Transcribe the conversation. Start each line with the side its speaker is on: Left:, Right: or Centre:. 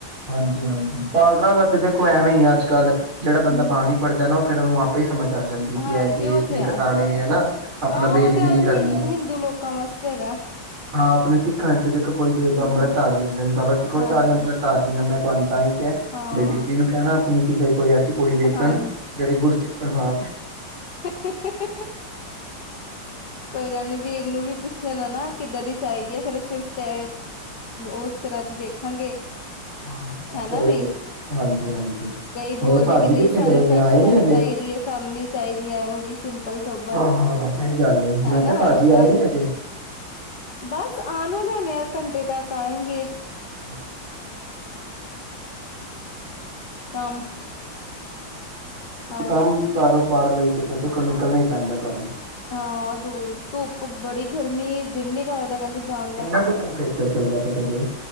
Right: ਹਾਂਜੀ ਹਾਂਜੀ ਪਾਰਲਰਾਂ ਦਾ ਤੇ ਦੇਖੋ ਐਵੇਂ ਹੀ ਆ ਅੱਜ ਕੱਲ ਜਿਹੜਾ ਬੰਦਾ
Left: ਹੂੰ,
Right: ਬਾਣੀ ਹੀ ਪੜ੍ਹਦਾ ਨਾ ਫਿਰ ਉਹਨੂੰ ਆਧੇ ਸਮਝ ਆ ਜਾਂਦੀ ਏ ਕਿ
Left: ਹਾਂਜੀ
Right: ਇਹ ਕੇਸ
Left: ਉਹ ਤੇ
Right: ਨਹੀਂ
Left: ਹੈ,
Right: ਕਟਾਣੇ ਹਨਾ ਆਪਣਾ
Left: ਆਹ
Right: ਬੇਅਦਵੀ
Left: ਉਹ ਤੇ
Right: ਨੀ
Left: ਅੱਜ
Right: ਕਰਨੀ
Left: ਹਿੰ ਹਿੰਦੂ ਲੋਕਾਂ ਵਾਸਤੇ ਹੈਗਾ,
Right: ਹਾਂ ਆਪਣੇ ਸਿੱਖਾਂ ਚ ਦੇਖੋ ਕੋਈ ਬੇਦ
Left: ਹੂੰ,
Right: ਅੰਮ੍ਰਿਤਧਾਰੀ ਹੰਦੇ ਨੇ ਅਸੀ ਖੁਦ
Left: ਹਾਂਜੀ,
Right: ਧਾਰੀਆ ਅੰਮ੍ਰਿਤ। ਆ ਰਹੀਾਂ ਮੈਂ ਤੁਹਾਨੂੰ ਤਾਂ ਹੀ ਕ
Left: ਹਾਂ,
Right: ਬਈ ਬੀਬੀ ਨੂੰ ਕਹਿਣਾ ਆਪਂ ਕਿ ਕੀ ਕ ਕੋਈ <unintelligible> ਕੁੜੀ ਵੇਖਣ
Left: ਹਾਂਜੀ।
Right: ਜਿਹੜੀ ਗੁਰਸਿੱਖ ਪਰਿਵਾਰ
Left: <unintelligible> ਕੋਈ ਗੱਲ ਨੀ ਵੀਰ ਨੂੰ ਵੀ ਪੁੱਛ ਲੈਣਾ ਨਾ ਕਿੱਦਾਂ ਦੀ ਚਾਹੀਦੀ ਹੈ ਫੇਰ ਅਸੀਂ ਉਸ ਟ ਉਸ ਤਰ੍ਹਾਂ ਦੀ ਦੇਖਾਂਗੇ
Right: ਹਾਂ ਹਾਂ
Left: ਹੈ
Right: ਸਹੀ
Left: ਨਾ ਬਈ
Right: ਨੇ ਹਾਂਜੀ-ਹਾਂਜੀ
Left: ਕਈ
Right: ਹੋਰ
Left: ਬੋਲਦੇ
Right: ਭਾਜੀ
Left: ਕਿ ਨਹੀਂ
Right: ਕਿੱਥੇ
Left: ਸਾਨੂੰ
Right: ਗਏ ਨੇ
Left: ਫੈਸ਼ਨ
Right: ਆਏ ਨੀ
Left: ਵਾਲੀ
Right: ਅਜੇ
Left: ਚਾਹੀਦੀ ਹੈ ਸਾਨੂੰ ਨੀ ਚਾਹੀਦੀ ਇਹ ਜਿਹੀ ਸਿੰਪਲ ਸੋਬਰ
Right: ਹਾਂ-ਹਾਂ ਸਹੀ ਗੱਲ ਏ
Left: ਹੈ
Right: ਮੈਂ
Left: ਨਾ
Right: ਕਿਹਾ ਭਾਜੀ ਆਏ
Left: ਅਜ
Right: ਨੀ ਅਜੇ
Left: ਬਸ ਆਉਣ ਵਾਲੇ ਇਹ ਘੰਟੇ ਤਾਂ ਕਾਇਗੇ
Right: ਹ
Left: ਕੰਮ ਹਾਂ
Right: ਕੰਮ ਕਰੋ ਬਾਹਰ ਲਈ ਤੇ ਫਿਰ ਦੇਖੋ ਨਿਕਲਣਾ ਹੀ ਪੈਂਦਾ ਘਰੋਂ
Left: ਹਾਂ ਦੂਰ ਧੁੱਪ ਬੜੀ ਗਰਮੀ ਦਿਨ ਨੀ ਕਰਦਾ ਕਹਿੰਦੇ ਜਾਣ
Right: ਕਿੰਨਾ
Left: ਦਾ
Right: ਕੁ ਟੈਂਪਰੇਚਰ ਚੱਲਦਾ ਪਿਆ ਤੁਹਾਡੇ